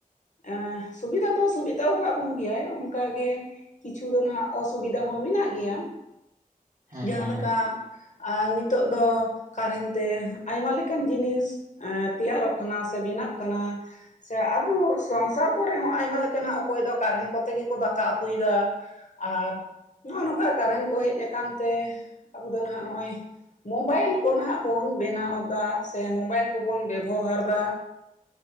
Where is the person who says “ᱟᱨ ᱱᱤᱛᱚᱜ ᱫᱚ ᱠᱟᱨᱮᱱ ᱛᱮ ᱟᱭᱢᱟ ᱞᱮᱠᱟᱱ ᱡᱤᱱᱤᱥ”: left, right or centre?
Left